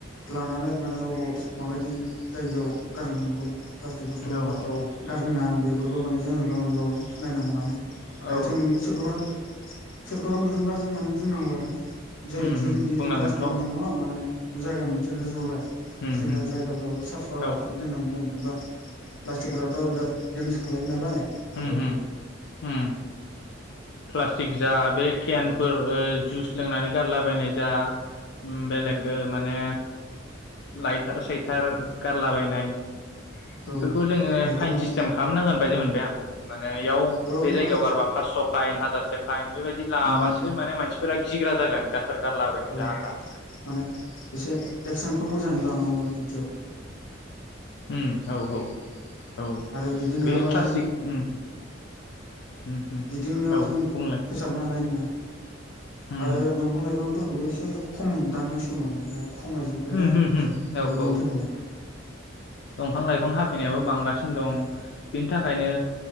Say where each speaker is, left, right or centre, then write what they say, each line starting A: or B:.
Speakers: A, on the left; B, on the left.
A: लानानै माने अबाव माबायदि जायगायाव गारनांगौ। प्लास्टिकफोरखौ
B: औ औ
A: गारनांङा बे बेफोरखौ माने जोंनो गावनो गाव नायनांगौ माने। आरो
B: औ
A: जों सोरखौबा सोरखौबा नुदोंबा जों माने बुंनांगौ आरो जे
B: उम
A: बिदि
B: उम
A: बिदि
B: बुंनांगोनथ'
A: डास्टबिन दङ माने जायगा मोनसे जौगार
B: उम
A: जोंना
B: उम
A: जायगाफ्राबो साफा
B: औ
A: दोननां जेनेबा प्लास्टिकफोराथ' बिराद दडेमेज खालायो नालाय
B: उम
A: हाफोरखो
B: उम उम प्लास्टिक जा बे केेन फोर जुइस लोंनानै गारलाबायनाय जा बेलेगखो
A: उम
B: माने लायथार सायथार गारलाबायनाय
A: औ
B: बेफोरखौ जोङो
A: बेफोर
B: फाइन
A: माने
B: सिस्टेम खालामनांगोन बायदि मोनबाय आं माने बेयाव
A: औ
B: बे
A: माने
B: जायगायाव गारबा पासस' दाइन हाजार से फाइन बेबायदि लाबासो
A: उम उम
B: माने मानसिफोरा गिग्रा जागोन दाखोर गारलाबायनो
A: औ
B: जाहा थाहा
A: माने एसे एक्सनखौ मोजाङै लानांगौमोन। नै इदियाव
B: उम औ औ औ
A: आरो बिदि नङाबा
B: बे प्लास्टिक
A: जों
B: उम उम उम
A: बिदि नङाबा
B: औ
A: जों
B: बुंलाय
A: फोसाबनो हानाय नङा।
B: उम
A: आरो दंफां लाइफांफोरखौबो एसे खम दाननांसिगौ माने दाउ खमायजोब्बायना
B: उम उम उम
A: आरो
B: औ
A: बेनि
B: औ
A: थाखायनो
B: दंफां लाइफां हाफायनायाबो बांगासिनो दं बेनि थाखायनो